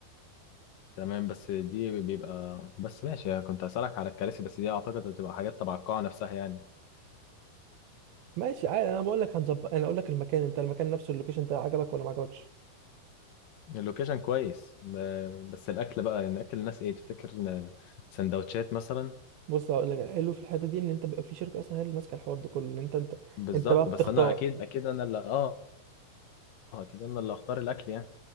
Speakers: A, on the left (about 70°); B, on the right (about 75°).
A: تمام بس دي بيبقى بس ماشي كنت هسألك على الكراسي بس دي أعتقد هتبقى حاجات تبع القاعة نفسها يعني
B: ماشي عادي انا بقول لك هنظبط انا اقول لك المكان انت المكان نفسه اللوكيشن ده عجبك ولا ما عجبكش
A: اللوكيشن كويس ب- بس الأكل بقى يعني أكل الناس إيه تفتكر إن سندوتشات مثلا
B: بص هقول لك الحلو في الحته دي ان انت بيبقى في شركه اصلا هي اللي ماسكه الحوار ده كله ان انت انت
A: بالظبط
B: انت بقى بتختار
A: بس أنا أكيد أكيد أنا اللي آه أكيد أنا اللي هختار الأكل يعني